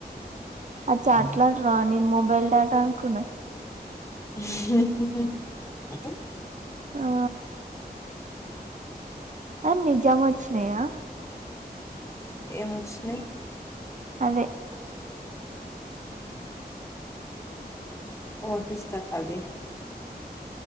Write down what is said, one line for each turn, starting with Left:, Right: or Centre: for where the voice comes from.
Right: అచా ఆట్లంటనవా నేను మొబైల్ డేటా అనుకున్నా
Left: హు హు హు
Right: ఆ అ నిజం వచ్చినయా
Left: ఏముచ్చన్నాయి
Right: అదే
Left: ఓ ఈ హటాటా అధి